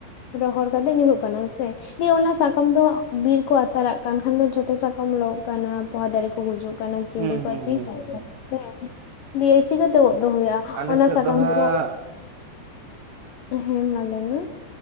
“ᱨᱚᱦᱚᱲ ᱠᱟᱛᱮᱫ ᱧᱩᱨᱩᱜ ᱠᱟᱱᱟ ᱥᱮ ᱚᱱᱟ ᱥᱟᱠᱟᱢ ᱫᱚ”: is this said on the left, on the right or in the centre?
Left